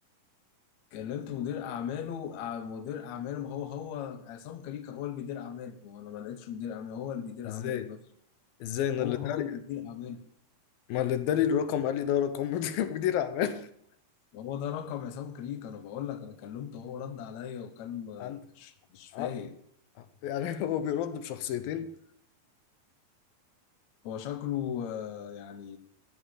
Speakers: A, on the left (about 65°); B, on the left (about 85°).
A: كلمت مدير اعماله ع- مدير اعماله ما هو هو عصام كريكا هو اللي بيدير اعماله ما هو انا ما لقيتش مدير اعماله هو اللي بيدير
B: ازاي
A: اعماله بنفسه
B: ازاي انا
A: هو
B: اللي
A: هو
B: ادالي
A: اللي بيدير اعماله
B: ما اللي ادالي الرقم قال لي ده رقم <laughs> مدير اعمال
A: وهو ده رقم عصام كريكا انا بقول لك انا كلمته هو رد عليا وكان آه،
B: عند
A: مش مش
B: ع-
A: فايق
B: يعني <laughs> هو بيرد بشخصيتين
A: هو شكله آه، يعني